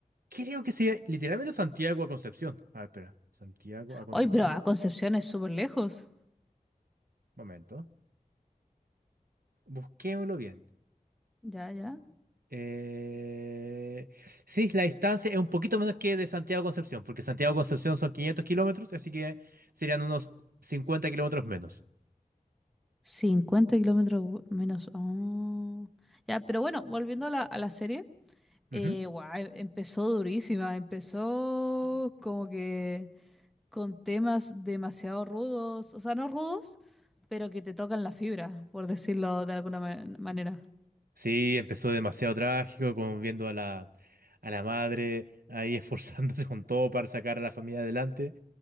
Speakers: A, on the right; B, in the centre.
A: creo que sería literalmente Santiago a Concepción. A ver, espera, Santiago a Concepción.
B: Hoy, pero a Concepción es súper lejos.
A: Momento. Busquémoslo bien.
B: Ya, ya.
A: Eh, sí, la distancia es un poquito menos que de Santiago a Concepción, porque Santiago a Concepción son 500 kilómetros, así que serían unos 50 kilómetros menos.
B: 50 kilómetros bu- menos. ah. Ya, pero bueno, volviendo a la, a la serie. Eh,
A: Ujú.
B: guau, em- empezó durísima, empezó como que... con temas demasiado rudos, o sea, no rudos, pero que te tocan la fibra, por decirlo de alguna ma- manera.
A: Sí, empezó demasiado trágico, como viendo a la, a la madre ahí <laughs> esforzándose con todo para sacar a la familia adelante.